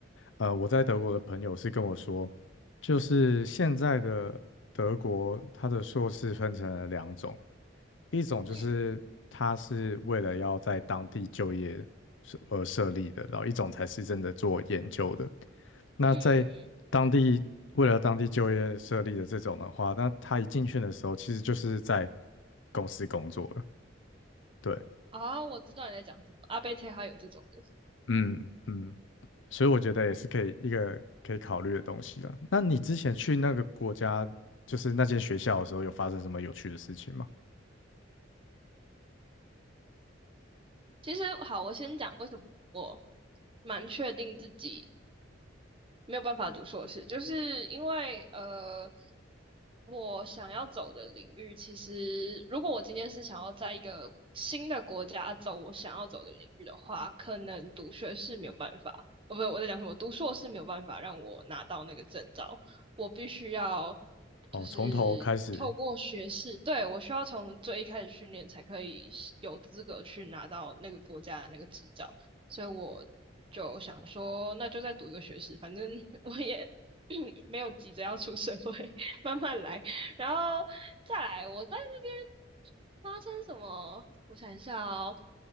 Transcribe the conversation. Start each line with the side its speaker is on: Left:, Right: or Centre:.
Left: 呃，我在德国的朋友是跟我说，就是现在的德国，它的硕士分成了两种，一种就是它是为了要在当地就业设而设立的，
Right: 嗯
Left: 然后一种才是真的做研究的。那在当地为了当地就业设立的这种的话，
Right: 嗯嗯嗯。
Left: 那他一进去的时候，其实就是在公司工作了。对，
Right: 啊，我知道你在讲什么，阿贝车还有这种的。
Left: 嗯嗯，所以我觉得也是可以一个可以考虑的东西了。那你之前去那个国家，就是那间学校的时候，有发生什么有趣的事情吗？
Right: 其实好，我先讲为什么我蛮确定自己没有办法读硕士，就是因为呃，我想要走的领域，其实如果我今天是想要在一个新的国家走我想要走的领域的话，可能读学士没有办法，哦，不，我在讲什么？读硕士没有办法让我拿到那个证照，我必须要
Left: 哦，
Right: 就是透过学士，
Left: 从头开始
Right: 对，我需要从最一开始训练才可以有资格去拿到那个国家的那个执照。所以我就想说，那就再读一个学士，反正 <laughs> 我也 <coughs> <clears throat> 没有急着要出社会，<laughs> 慢慢来。然后再来，我在那边发生什么？我想一下哦，